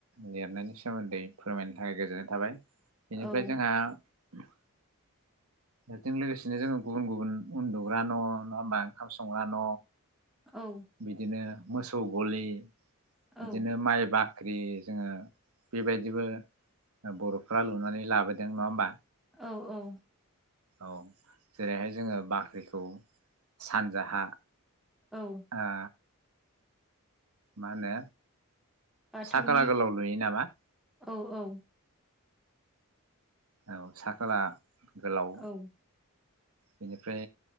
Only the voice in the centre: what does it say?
औ
औ
औ
औ औ
औ
बाथौनि
औ औ
औ